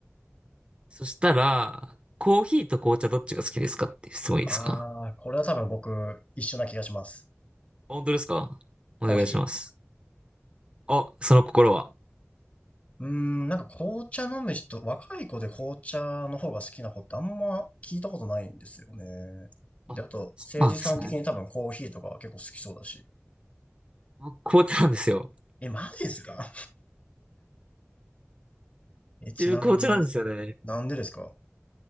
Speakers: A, on the right; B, on the left.
A: そしたら、コーヒーと紅茶どっちが好きですかっていう質問いいですか
B: ああ、これは多分僕一緒な気がします。
A: 本当ですかお願いします。
B: コーヒー。
A: あ、その心は。
B: うーん、なんか紅茶飲む人、若い子で紅茶の方が好きな子ってあんま聞いたことないんですよね。で、
A: あ、
B: あと、
A: そうなんですね。
B: 誠治さん的に多分コーヒーとかは結構好きそうだし。
A: 僕紅茶なんですよ。
B: え、マジですか <laughs> え、ちなみに、
A: 自分紅茶なんですよね。
B: なんでですかは